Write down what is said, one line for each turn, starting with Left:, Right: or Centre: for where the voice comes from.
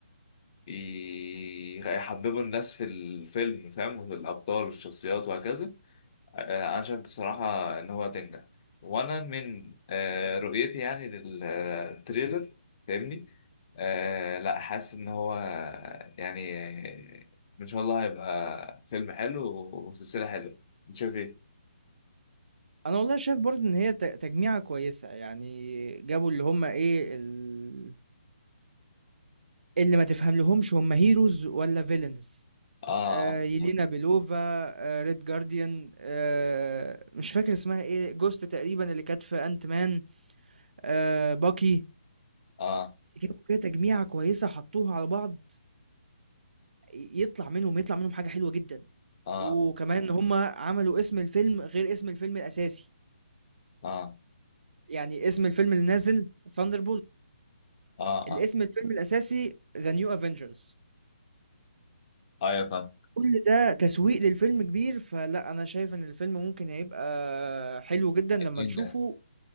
Left: ي- يحببوا الناس في الفيلم فاهم وفي الأبطال والشخصيات وهكذا آه، أنا شايف بصراحة إن هو هتنجح وأنا من آه، رؤيتي يعني للتريلر فاهمني آه، لا حاسس إن هو يعني إن شاء الله هيبقى فيلم حلو وسلسلة حلوة أنت شايف إيه؟
Right: انا والله شايف برضو ان هي ت- تجميعة كويسة يعني جابوا اللي هم ايه ال... اللي ما تفهم لهمش هم هيروز ولا فيلنز
Left: اه
Right: آه
Left: اه بالظبط
Right: يلينا بيلوفا آه ريد جارديان آه مش فاكر اسمها ايه جوست تقريبا اللي كانت في انت مان آه باكي
Left: اه
Right: جابوا كده تجميعة كويسة حطوها على بعض ي- يطلع منهم يطلع منهم حاجة حلوة جدا
Left: اه
Right: وكمان هم عملوا اسم الفيلم غير اسم الفيلم الاساسي
Left: اه
Right: يعني اسم الفيلم اللي نازل ثاندر
Left: اه
Right: الاسم
Left: اه
Right: الفيلم الاساسي ذا نيو افنجرز
Left: ايوه فاهم
Right: كل ده تسويق للفيلم كبير فلا انا شايف ان الفيلم ممكن هيبقى حلو جدا لما
Left: ينجح
Right: نشوفه